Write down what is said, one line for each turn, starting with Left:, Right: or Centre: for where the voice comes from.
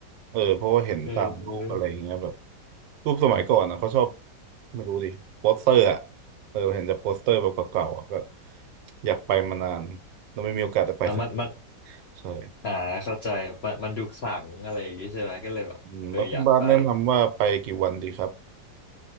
Right: เออเพราะว่าเห็นตามรูปอะไรอย่างเงี้ยแบบ
Left: <laughs> เออ <laughs>
Right: รูปสมัยก่อนนะเขาชอบไม่รู้ดิโปสเตอร์อ่ะเออเห็นจากโปสเตอร์แบบเก่าๆอ่ะก็อยากไปมานานแล้วไม่มีโอกาสได้ไปสักที
Left: อ่ะมันมัน
Right: ใช่
Left: อ่าเข้าใจมันมันดูขลังอะไรอย่างงี้ใช่ไหมก็เลยแบบเอออยากไป
Right: อืมแล้วคุณบาสแนะนำว่าไปกี่วันดีครับ